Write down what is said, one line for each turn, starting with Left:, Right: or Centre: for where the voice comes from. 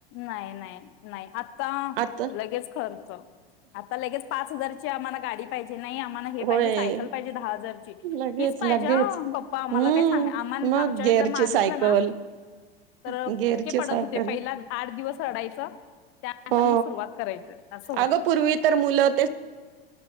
Left: नाही नाही नाही आता
Right: आता
Left: लगेच खर्च आता लगेच पाच हजारची आम्हाला गाडी पाहिजे नाही मला हे
Right: होय
Left: पाहिजे सायकल पाहिजे दहा हजारची
Right: लगेच
Left: हीच पाहिजे
Right: लगेच
Left: ह पप्पा आम्हाला
Right: हूं
Left: काय सांगा आम्हा
Right: मग
Left: आमच्या
Right: गेअरची
Left: जर मागितलं
Right: सायकल
Left: ना तर
Right: गेअरची
Left: फटके पडत
Right: सायकल
Left: होते पहिला आठ दिवस रडायचं त्यानंतर
Right: हो
Left: मग सुरुवात करायचय असं होत.
Right: अगं पूर्वी तर मुलं